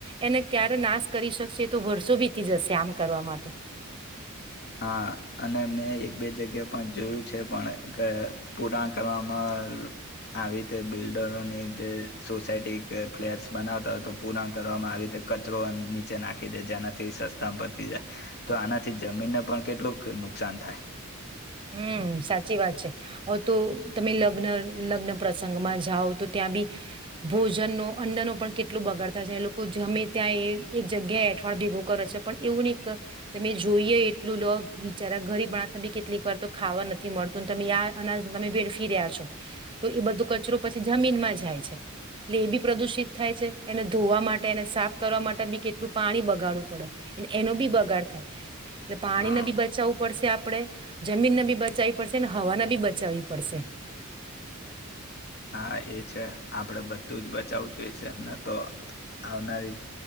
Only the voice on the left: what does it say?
હા અને મેં એક બે જગ્યા પણ જોયું છે પણ કે પૂરાણ કરવામાં આવી રતે બિલ્ડરોની જે સોસાયટી કે ફ્લેટસ બનાવતા હોય તો પૂરાણ કરવામાં આવી રીતે કચરો નીચે નાખી દે જેનાથી સસ્તા પતી જાય તો આનાથી જમીનને પણ કેટલુંક નુકસાન થાય.
હા
હા એ છે આપણેે બધું જ બચાવવું જોઈએ છે ને તો આવનારી